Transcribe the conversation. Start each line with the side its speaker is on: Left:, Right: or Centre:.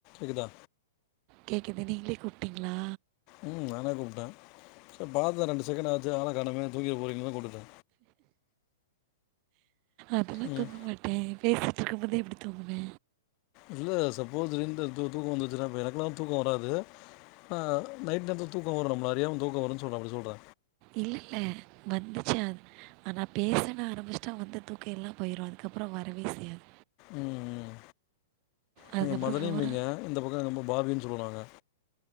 Left: இதுதா
Right: கேக்குது நீங்களே கூப்டீங்களா
Left: ம் நாந்தா கூப்ட சேரி பாத்த ரெண்டு செகண்ட் ஆச்சு ஆள காணமே தூங்கிற போறீங்களோன்னு தா கூப்டுட்ட
Right: அதெல்லா
Left: ம்
Right: தூங்க மாட்ட பேசிட்ருக்கும் போதே எப்டி தூங்குவ
Left: இல்ல சப்போஸ் இருந்த தூ தூக்கோ வந்துருச்சுன்னா இப்ப எனக்கெல்லாம் தூக்கோ வராது ஆ நைட் நேரத்துல தூக்கோ வரு நம்ள அறியாம தூக்கோ வருன் சொல்ற அப்டி சொல்ற
Right: இல்ல இல்ல வந்துச்சு அத் ஆனா பேசனு ஆரம்பிச்சிட்டா வந்த தூக்கோ எல்லா போயிரு அதுக்கப்புறோ வரவே செய்யாது
Left: ம்
Right: அதுக்கப்புறம்
Left: நீங்க மதனிம்பீங்க
Right: ஃபோனா
Left: இந்த பக்கோ என்னமோ பாபின் சொல்லுறாங்க